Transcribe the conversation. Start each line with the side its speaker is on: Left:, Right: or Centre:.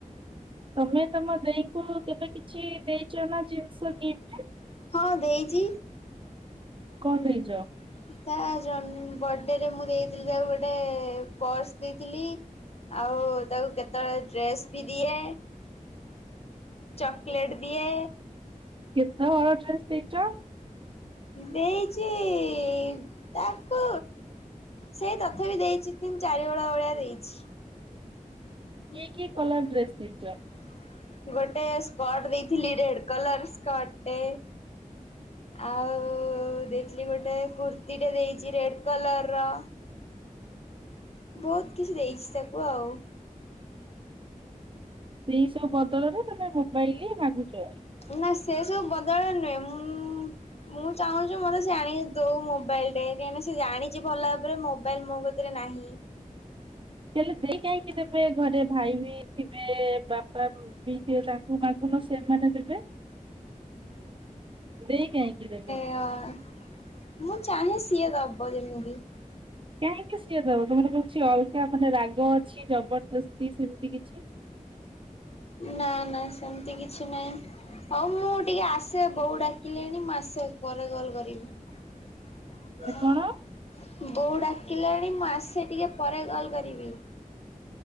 Right: ତମେ ତମ ଦେଇକୁ କେବେ କିଛି ଦେଇଛ ନା ଜିନିଷ ଗିଫ୍ଟ?
Left: ହଁ ଦେଇଚି। କ
Right: କଣ
Left: ଦେଇଛ?
Right: ଦେଇଚ?
Left: ତା ଜନ୍ ବଡ଼େ ରେ ମୁଁ ଦେଇଥିଲି ତାକୁ ଗୋଟେ ପର୍ସ ଦେଇଥିଲି। ଆଉ ତାକୁ କେତେବେଳେ ଡ୍ରେସ୍ ବି ଦିଏ। ଚକଲେଟ୍ ଦିଏ।
Right: କେତେ ହଳ ଡ୍ରେସ୍ ଦେଇଚ?
Left: ଦେଇଛି ଇ ତାକୁ ସେଇ ତଥାପି ଦେଇଛି ତିନି ଚାରି ହଳ ଭଳିଆ ଦେଇଛି। <inaudible>
Right: କି କି କଲର ଡ୍ରେସ୍ ଦେଇଚ?
Left: ଗୋଟେ ସ୍କଟ୍ ଦେଇଥିଲି ରେଡ କଲର ସ୍କଟଟେ। ଆଉ ଦେଇଥିଲି ଗୋଟେ କୁର୍ତିୀଟେ ଦେଇଛି ରେଡ୍ କଲର ର। ବହୁତ୍ କିଛି ଦେଇଛି ତାକୁ ଆଉ।
Right: ସେଇ ସବୁ ବଦଳରେ ତମେ ମୋବାଇଲ୍ ମାଗୁଚ।
Left: ନା ସେ ସବୁ ବଦଳ ନୁହେଁ ମୁଁ ମୁଁ ଚାହୁଁଛି ମତେ ସେ ଆଣିକି ଦଉ ମୋବାଇଲ୍। ଟେଂକେ ନା ସେ ଜାଣିଛି ଭଲ ଭାବରେ ମୋବାଇଲ ମୋ କତିରେ ନାହିଁ।
Right: ହେଲେ ଦେଇ କାହିଁକି ଦେବେ ଘରେ ଭାଇ ବି ଥିବେ। ବାପା ବି ଥିବେ ତାଙ୍କୁ ମାଗୁନ ସେଥରେ ଦେବେ। ଦେଇ କାହିଁକି ଦେବେ?
Left: କାଁ <inaudible> ମୁଁ ଚାହେଁ ସିଏ ଦବ ଯେମିତି।
Right: କାହିଁକି ସିଏ ଦବ ତମର କିଛି ଅଲଗା ମାନେ ରାଗ ଅଛି ଜବରଦସ୍ତି ସେମିତି କିଛି?
Left: ନା ନା ସେମିତି କିଛି ନାହିଁ। ହଉ ମୁଁ ଟିକେ ଆସେ ବୋଉ ଡାକିଲେଣି ମୁଁ ଆସେ ପରେ କଲ୍ କରିବି। <inaudible>
Right: ମାନେ କଣ
Left: ବୋଉ ଡାକିଲାଣି ମୁଁ ଆସେ ଟିକେ ପରେ କଲ୍ କରିବି।